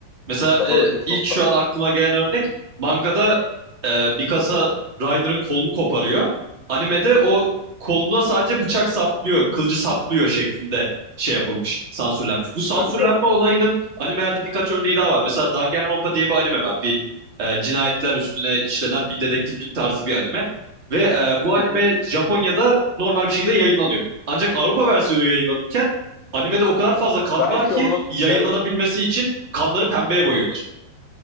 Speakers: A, on the right; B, on the left.
A: Mesela
B: Yani daha
A: e,
B: da kötü
A: ilk
B: noktalar
A: şu
B: var.
A: an aklıma gelen örnek mangada e, Mikasa Reiner'ın kolunu koparıyor. Animede o koluna sadece bıçak saplıyor, kılıcı saplıyor şeklinde şey yapılmış, sansürlenmiş. Bu sansürlenme
B: Tabii tabii.
A: olayının animelerde birkaç örneği daha var. Mesela Danganronpa diye bir anime var. Bir e, cinayetler üstüne işlenen bir dedektiflik tarzı bir anime. Ve e, bu anime
B: Hı hı.
A: Japonya'da normal bir şekilde yayınlanıyor. Ancak Avrupa versiyonu yayınlanırken animede o kadar fazla kan
B: Belki
A: var ki
B: onun
A: yayınlanabilmesi
B: şöyle
A: için kanları pembeye boyuyorlar.